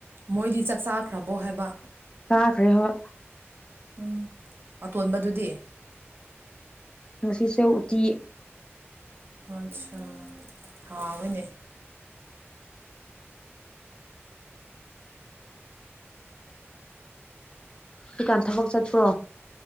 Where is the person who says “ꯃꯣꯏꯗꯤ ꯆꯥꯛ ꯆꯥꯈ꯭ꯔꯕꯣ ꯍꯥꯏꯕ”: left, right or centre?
Right